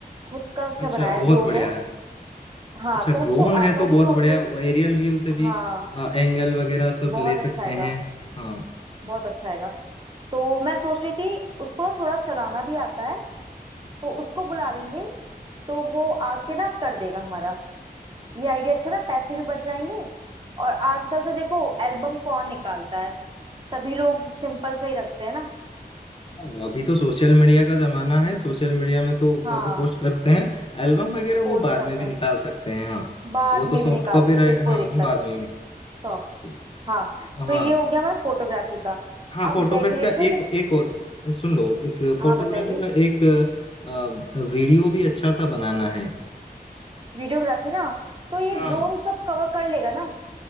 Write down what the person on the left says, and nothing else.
अच्छा
बहुत
बढ़िया
है
अच्छा
ड्रोन
है
तो
बहुत
बढ़िया एरियल व्यू से भी
एंगल वगैरह सब
ले सकते
हैं हाँ
अच्छा
हाँ, अभी तो सोशल मीडिया का जमाना है सोशल मीडिया में तो
फोटो पोस्ट करते हैं एल्बम वगैरह
वो बाद
में भी
निकाल सकते हैं हाँ
वो तो
सॉफ्ट
कॉपी
रहे
हाँ
बाद में भी निकाल
ठीक
है।
हाँ
हाँ
फोटोग्राफी
का एक
एक और सुन लो एक फोटोग्राफी
का एक अ, वीडियो भी अच्छा सा बनाना है
हाँ